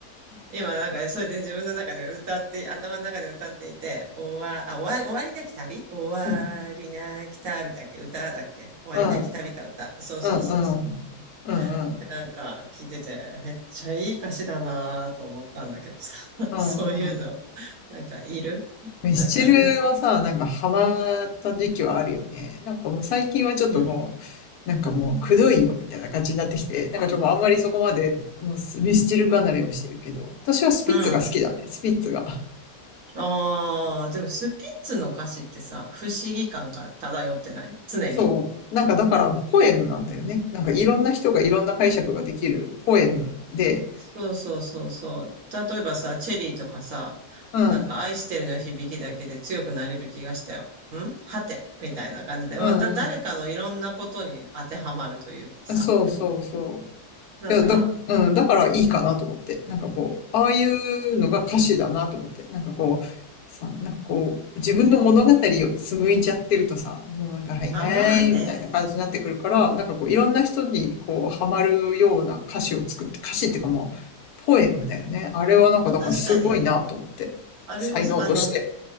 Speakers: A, on the right; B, on the left.
A: 今なんか、それで自分の中で歌って、頭の中で歌っていて、終わ、あ、終わり、終わりなき旅終
B: うん。
A: わりなき旅だっけ歌だっけ終わりなき旅か歌。
B: うん、
A: そうそうそうそう。
B: うん、うん。うん、うん、
A: でなんか聞いてて、めっちゃいい歌詞だなぁと思ったんだけどさ、<laughs>
B: うん、
A: そういうの、
B: うん。
A: なんかいるなんか、
B: ミスチルはさ、なんかハマった時期はあるよね。なんかもう最近はちょっともう、
A: うん。
B: なんかもうくどいよみたいな感じになってきて、なんかちょっとあんまりそこまでもうミスチル離れをしてるけど、私はスピッツが好きだね、
A: うん。
B: スピッツが。
A: ああ、でもスピッツの歌詞ってさ、不思議感が漂ってない常に。
B: そう。なんかだからポエムなんだよね。なんかいろんな人がいろんな解釈ができるポエムで、
A: そうそうそうそう。例えばさ、チェリーとかさ、
B: うん、
A: なんか愛してるの響きだけで強くなれる気がしたよ。んはてみたいな感じで、
B: うん、
A: まあだ、誰かのいろんなことに当てはまるというかさ、
B: うん。そうそうそ
A: なんか、
B: う。いや、だ、うん、だからいいかなと思って。なんかこう、ああいうのが歌詞だなと思って。なんかこう、さ、なんかこう、自分の物語を紡いじゃってるとさ、もうなんか、はいはい、
A: あ、まあね、
B: みたいな感じになってくるから、なんかこう、いろんな人にこう、ハマるような歌詞を作って、歌詞っていうかもう、ポエムだよね。あれはなんか、
A: まあ確かに、
B: だからすごいなと思って。
A: あれ、
B: 才能として。
A: あの、